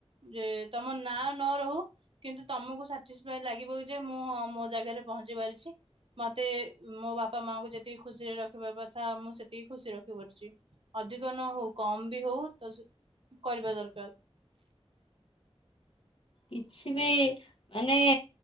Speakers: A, on the right; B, on the left.
A: ଯେ ତମ ନି ନାଁ ନ ରହୁ କିନ୍ତୁ ତମକୁ ସାଟିସଫାଇ ଲାଗିବ ଯେ ମୁଁ ମୋ ଜାଗାରେ ପହଞ୍ଚି ପାରିଛି। ମତେ ମୋ ବାପା ମାଙ୍କୁ ଯେତିକି ଖୁସିରେ ରଖିବା କଥା ମୁଁ ସେତିକି ଖୁସି ରେ ରଖି ପାରୁଛି। ଅଧିକ ନ ହଉ କମ ବି ହଉ ତ କରିବା ଦରକାର।
B: କିଛି ବି ମାନେ